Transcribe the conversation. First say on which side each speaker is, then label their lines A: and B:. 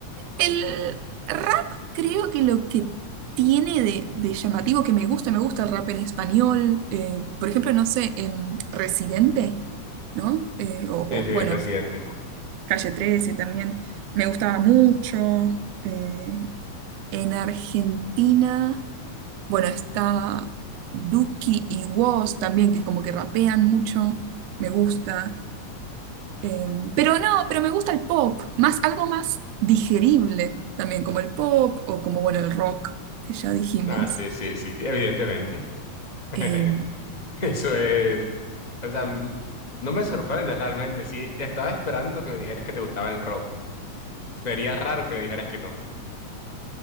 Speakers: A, on the right; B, on the left.
A: el rap creo que lo que tiene de, de llamativo que me gusta, me gusta el rap en español, eh, por ejemplo, no sé, em, Residente, ¿no? Eh, o,
B: Sí,
A: o,
B: sí,
A: bueno,
B: Residente.
A: Calle 13 también me gustaba mucho. Eh, en Argentina, bueno, está Duki y Woz también, que como que rapean mucho, me gusta. Eh, pero no, pero me gusta el pop, más algo más digerible también, como el pop o como, bueno, el rock, que ya dijimos.
B: Ah, sí, sí, sí, evidentemente. <laughs>
A: Eh,
B: Eso es, o sea, m- no me sorprende realmente. Sí, estaba esperando que me dijeras que te gustaba el rock. Sería raro que me dijeras que no.